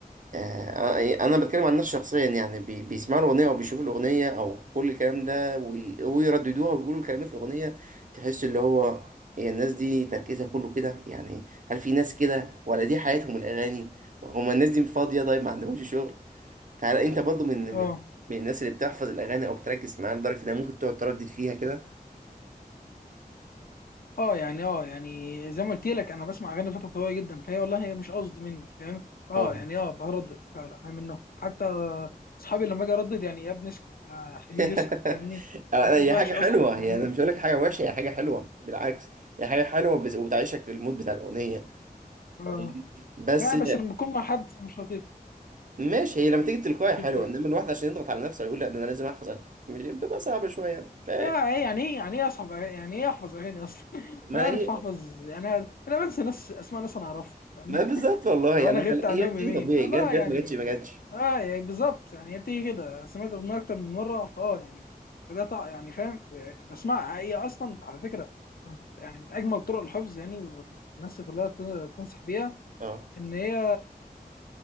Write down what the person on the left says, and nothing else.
اه
اه يعني اه يعني زي ما قلت لك انا بسمع اغاني فتره طويله جدا فهي والله هي مش قصد مني فاهم اه
يعني اه بردد فعلا انا منه حتى اصحابي لما اجي اردد يعني يا ابني اسكت يا حبيبي
اسكت فاهمني
انا صوت
وحش
اصلا فاهمني
اه
اه
لا بس لما بكون مع حد مش لطيف
بتضايق
اه ايه يعني ايه يعني ايه اصحاب أغاني؟ يعني ايه احفظ اغاني اصلا <laughs>
انا عارف
احفظ انا انا بنسى ناس اسماء ناس انا اعرفها فاهمني
لو
انا غبت
عنهم
يومين
فلا
يعني
اه يعني بالظبط يعني هي بتيجي كده سمعت اغنيه اكتر من مره فاه يعني بدات أع- يعني فاهم يعني بسمعها هي اصلا على فكره من- يعني من اجمل طرق الحفظ يعني والناس كلها تن- تنصح بيها
ان هي